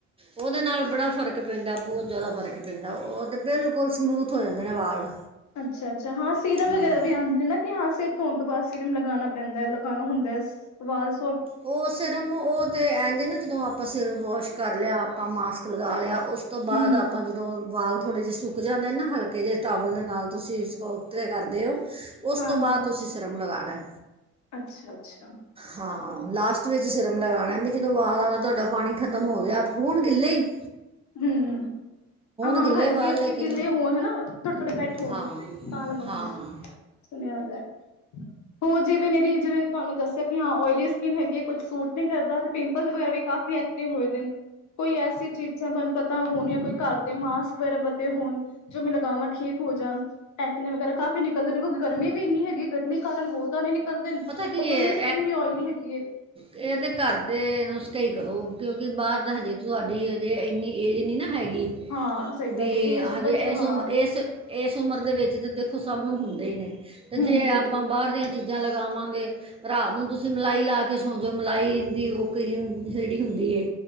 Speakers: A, on the right (about 20°); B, on the left (about 70°).
A: ਉਹਦੇ ਨਾਲ ਬੜਾ ਫ਼ਰਕ ਪੈਂਦਾ ਬਹੁਤ ਜ਼ਿਆਦਾ ਫਰਕ ਪੈਂਦਾ ਉਹ ਤੇ ਬਿਲਕੁਲ ਸਮੂਥ ਹੋ ਜਾਂਦੇ ਨੇ ਵਾਲ।
B: ਅੱਛਾ ਅੱਛਾ ਹਾਂ ਸੀਰਮ
A: ਹਾਂ
B: ਵਗੈਰਾ ਵੀ ਆਉਂਦੇ ਨੇ ਨਾ ਕਿ ਹਾਂ ਸਿਰ ਧੋਣ ਤੋਂ ਬਾਅਦ ਸੀਰਮ ਲਗਾਉਣਾ ਪੈਂਦਾ ਏ ਲਗਾਉਣਾ ਹੁੰ ਞਾਲ ਸ
A: ਉਹ ਸਿਰਮ ਉਹ ਤੇ ਐਂਜ ਆ ਨਾ ਜਦੋਂ ਆਪਾਂ ਸਿਰ ਵਾਸ਼ ਕਰ ਲਿਆ ਆਪਾਂ ਮਾਸ ਲਗਾ ਲਿਆ ਉਸ ਤੋਂ ਬਾਅਦ
B: ਹੂੰ
A: ਆਪਾਂ ਜ ਉਦੋਂ ਬਾਲ ਥੋੜ੍ਹੇ ਜਿਹੇ ਸੁੱਕ ਜਾਂਦੇ ਨੇ ਨਾ ਹਲਕੇ ਜਿਹੇ ਟਾਵਲ ਦੇ ਨਾਲ ਤੁਸੀਂ ਸਕੋਤੇ ਕਰਦੇ ਔ ਉਸ
B: ਹਾਂ
A: ਤੋਂ ਬਾਅਦ
B: ਹਾਂ
A: ਤੁਸੀਂ ਸਿਰਮ ਲਗਾਉਣਾ।
B: ਅੱਛਾ ਅੱਛਾ
A: ਹਾਂ ਲਾਸਟ ਵਿੱਚ ਸਿਰਮ ਲਗਾਉਣਾ ਵੀ ਜਦੋਂ ਵਾਲਾਂ ਦਾ ਤੁਹਾਡਾ ਪਾਣੀ ਖਤਮ ਹੋ ਗਿਆ ਹੋਣ ਗਿੱਲੇ ਈ
B: ਹਮ ਹ ਹਾਂ
A: ਗਿੱਲੇ
B: ਹਲਕੇ
A: ਵਾਲ
B: ਹਲਕੇ
A: ਲੇਕਿਨ
B: ਗਿੱਲੇ ਹੋਣ ਹਨਾ ਥੋੜੇ ਥੋੜੇ ਬੈਠੇ ਹੋਣ
A: ਹਾਂ
B: ਤਾਂ ਲਗਾਦੇ।
A: ਹਾਂ
B: ਸੁਣਿਆਦਾ ਹੋ ਜਿਵੇਂ ਮੇਰੀ ਜਿਵੇਂ ਤੁਹਾਨੂੰ ਦੱਸਿਆ ਹਾਂ ਓਇਲੀ ਸਕਿਨ ਹੈਗੀ ਏ ਕੁਛ ਸੂਟ ਨੀ ਕਰਦਾ ਤੇ ਪਿਂਪਲ ਵਗੈਰਾ ਵੀ ਕਾਫੀ ਐਕਟਿਵ ਹੋਏ ਦੇ ਕੋਈ ਐਸੀ ਚੀਜ਼ਾਂ ਤੁਹਾਨੂੰ ਪਤਾ ਹੋਣੀ ਕੋਈ ਘਰ ਦੇ ਮਾਸਕ ਵਗੈਰਾ ਪਤੇ ਹੋਣ ਜੋ ਮੈਂ ਲਗਾਵਾਂ ਠੀਕ ਹੋ ਜਾਣ ਟੈਕਨੀ ਵਗੈਰਾ ਕਾਫੀ ਗਲ ਤੇ ਬਿਲਕੁਲ ਗਰਮੀ ਵੀ ਇੰਨੀ ਹੈਗੀ ਗਰਮੀ ਕਾਰਨ ਹੋਰ ਦਾਣੇਂ ਨਿਕਲਦੇ ਨ
A: ਪਤਾ ਕੀ
B: ਉੱਪਰੋਂ
A: ਹੈ
B: ਮੇਰੀ ਸਕਿੰਨ ਵੀ ਓਇਲੀ ਹੈਗੀ ਏ।
A: ਇਹ ਤਾਂ ਘਰ ਦੇ ਨੂਸਖੇ ਈ ਕਰੋ ਕਿਉਂਕਿ ਬਾਹਰ ਦਾ ਹਜੇ ਤੁਹਾਡੀ ਹਜੇ ਇੰਨੀ ਏਜ ਨਹੀਂ ਨਾ ਹੈਗੀ
B: ਹਾਂ ਸਹੀ
A: ਵੀ
B: ਗੱਲ ਏ ਏਜ
A: ਹਜੇ
B: ਬੱਚੇ
A: ਇਸ
B: ਹਾਂ
A: ਉਮ ਇਸ ਇਸ ਉਮਰ ਦੇ ਵਿੱਚ ਤਾਂ ਦੇਖੋ ਸਭ ਨੂੰ ਹੁੰਦੇ ਈ ਨੇ ਤੇ
B: ਹੂੰ
A: ਜੇ
B: ਬਿਲਕੁਲ-ਬਿਲਕੁਲ
A: ਆਪਾਂ ਬਾਹਰ ਦੀਆਂ ਚੀਜ਼ਾਂ ਲਗਾਵਾਂਗੇ ਰਾਤ ਨੂੰ ਤੁਸੀਂ ਮਲਾਈ ਲਾ ਕੇ ਸੌ ਜੌੰ ਮਲਾਈ ਦੀ ਉਹ ਕਰੀਮ ਜਿਹੜੀ ਹੁੰਦੀ ਏ